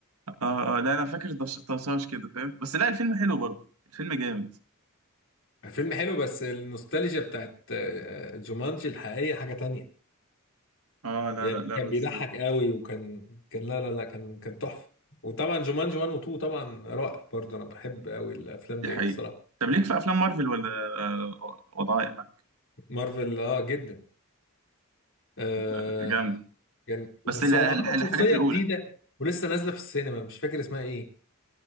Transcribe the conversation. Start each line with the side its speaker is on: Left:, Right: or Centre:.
Right: اه اه لا انا فاكر طش- طشاش كده فاهم بس لا الفيلم حلو برضه الفيلم جامد
Left: فيلم حلو بس النوستالجيا بتاعت آه، جومانجي الحقيقية حاجة تانية
Right: اه لا
Left: يعني
Right: لا لا
Left: كان
Right: بس
Left: بيضحك قوي وكان كان لا لا لا كان كان تحفة وطبعا جومانجي 1 و 2 طبعا رائع برضه انا بحب قوي الافلام
Right: دي
Left: ديت
Right: حقيقة
Left: الصراحة
Right: طب ليك في افلام مارفل ولا آه، وضعها ايه معاك
Left: مارفل اه جدا آه
Right: لا جامدة
Left: كان بس
Right: بس ال-
Left: هو
Right: الح-
Left: عمل
Right: الحاجات
Left: شخصية
Right: الاولى
Left: جديدة ولسه نازلة في السينما مش فاكر اسمها ايه